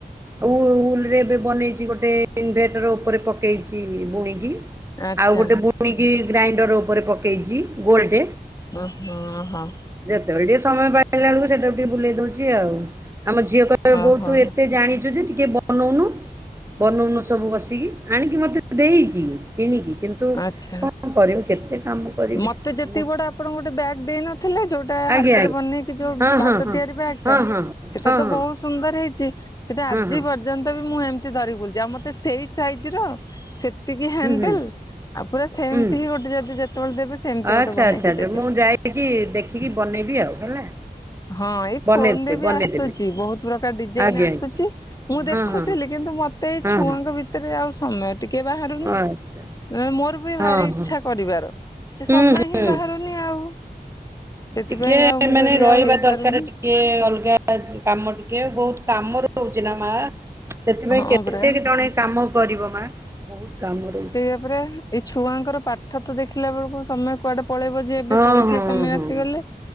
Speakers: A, on the right (about 15°); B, on the left (about 20°).
A: ଆଉ ଉଲ୍ ରେ ଏବେ ବନେଇଛି ଗୋଟେ, ଇନଭେଟର ଉପରେ ପକେଇଛି ବୁଣିକି।
B: ଆଚ୍ଛା
A: ଆଉ ଗୋଟେ ବୁଣିକି ଗ୍ରାଇଣ୍ଡର ଉପରେ ପକେଇଛି, ଗୋଲ ଟେ।
B: ଓ ହୋ ହୋ।
A: ଯେତେବେଳେ ଟିକେ ସମୟ ପାଇଲା ବେଳକୁ ସେଟାକୁ ଟିକେ ବୁଲେଇ ଦଉଛି ଆଉ। ଆମ ଝିଅ କହିବ
B: ଓହୋ
A: ବୋଉ ତୁ ଏତେ ଜାଣିଛୁ ଯେ ଟିକେ ବନଉନୁ, ବନଉନୁ ସବୁ ବସିକି। ଆଣିକି ମତେ ଦେଇଛି କିଣିକି, କିନ୍ତୁ
B: ଆଚ୍ଛା
A: କଣ କରିବୁ କେତେ କାମ କରିବି
B: ମତେ
A: କାମ
B: ଯେତିକି ବଡ ଆପଣଙ୍କୁ ଗୋଟେ ବ୍ୟାଗ୍ ଦେଇନ ଥିଲେ ଯୋଉଟା
A: ଆଜ୍ଞା
B: ହାତରେ
A: ଆଜ୍ଞା
B: ବନେଇକି, ଯୋଉ
A: ହଁ
B: ହାତ
A: ହଁ ହଁ।
B: ତିଆରି ବ୍ୟାଗଟା
A: ହଁ ହଁ
B: ସେଇଟା
A: ହଁ
B: ତ
A: ହଁ ହଁ
B: ବହୁତ ସୁନ୍ଦର ହେଇଛି। ସେଇଟା ଆଜି
A: ହଁ ହୁଁ
B: ପର୍ଯ୍ୟନ୍ତ ବି ମୁଁ ଏମିତି ଧରି ବୁଲୁଛି। ଆଉ ମତେ ସେଇ ସାଇଜର ସେ ସେତିକି ହ୍ୟାଣ୍ଡେଲ
A: ହୁଁ
B: ଆଉ ପୁରା ସେମିତି
A: ହୁଁ।
B: ହି ଗୋଟେ ଯଦି ଯେତେବେଳେ ଦେବେ ସେମିତି
A: ଆଚ୍ଛା
B: ଗୋଟେ ବନେଇକି
A: ଆଚ୍ଛା ଆଛା
B: ଦେବେ।
A: ମୁଁ ଯାଇକି ଦେଖିକି ବନେଇବି ଆଉ ହେଲା।
B: ହଁ ଏଇ
A: ବନେଇଦେବେ
B: ଫୋନ ରେ ବି
A: ବନେଇଦେବେ
B: ଆସୁଛି, ବହୁତ ପ୍ରକାର ଡିଜାଇନ
A: ଆଜ୍ଞା
B: ଆସୁଛି
A: ଆଜ୍ଞା
B: ମୁଁ ଦେଖୁଥିଲି।
A: ହଁ ହଁ
B: କିନ୍ତୁ କିନ୍ତୁ ମତେ ଏଇ
A: ହଁ
B: ଛୁଆଙ୍କ
A: ହଁ
B: ଭିତରେ ଆଉ ସମୟ ଟିକେ ବାହାରୁନି।
A: ଆଚ୍ଛା
B: ନାଇଁ ମୋର ବି
A: ହଁ
B: ଭାରି ଇଚ୍ଛା
A: ହଁ।
B: କରିବାର ସେ
A: ହୁଁ
B: ସମୟ
A: ହୁଁ
B: ହିଁ ବାହାରୁନି ଆଉ। ସେଥିପାଇଁ
A: ଟିକେ
B: ଆଉ ମୁଁ
A: ମାନେ
B: କହିଲି
A: ରହିବା
B: ଆଉ ହେଇପାରୁନି
A: ଦର କାର ଟିକେ ଅଲଗା କାମ ଟିକେ ବହୁତ କାମ ରହୁଛି ନା ମା। ସେଥିପାଇଁ
B: ହଁ
A: କେତେକ
B: ପରା।
A: ଜଣେ କାମ କରିବ ମା, ବହୁତ କାମ ରହୁଛି
B: ସେଇଆ ପରା ଏଇ ଛୁଆଙ୍କର ପାଠ ତ ଦେଖିଲା ବେଳକୁ, ସମୟ କୁଆଡେ ପଳେଇବ ଯେ ଏବେ
A: ହଁ
B: ପରୀକ୍ଷା
A: ହଁ
B: ସମୟ
A: ହଁ
B: ଆସିଗଲେ।